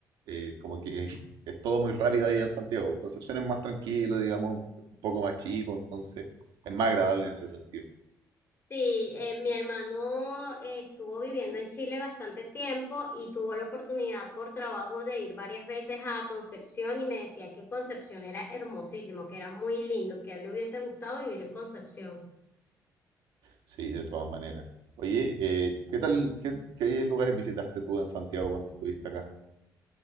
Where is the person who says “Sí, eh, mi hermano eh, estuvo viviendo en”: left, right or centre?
Left